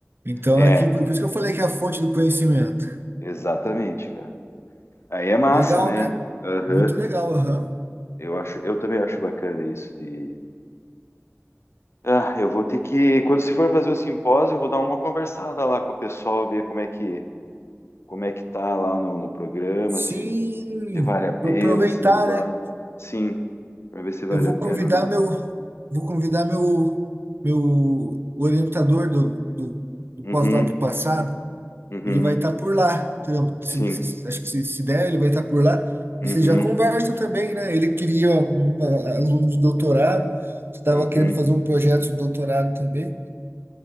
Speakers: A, on the right (about 50°); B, on the left (about 60°).
A: Então,
B: É,
A: aqui, por por isso que eu falei que é a fonte do conhecimento.
B: exatamente, cara. Aí é massa,
A: Legal,
B: né?
A: né?
B: Aham.
A: Muito legal, aham.
B: Eu acho, eu também acho bacana isso de. Ah, eu vou ter que, quando se for fazer o simpósio, eu vou dar uma conversada lá com o pessoal, ver como é que, como é que tá lá no, no programa,
A: Sim,
B: se Se vale a pena,
A: pro- aproveitar,
B: se não vale.
A: né?
B: Sim, para ver se vale
A: Eu vou
B: a pena
A: convidar
B: ou não.
A: meu, vou convidar meu, meu orientador do, do, do
B: Uhum,
A: pós-doc passado.
B: uhum,
A: Ele vai estar por lá. entendeu? Se-
B: sim,
A: se- acho que se, se der, ele vai estar por lá.
B: uhum,
A: E vocês já conversam também, né? Ele queria um a- aluno de doutorado, estava
B: uhum.
A: querendo fazer um projeto de doutorado também,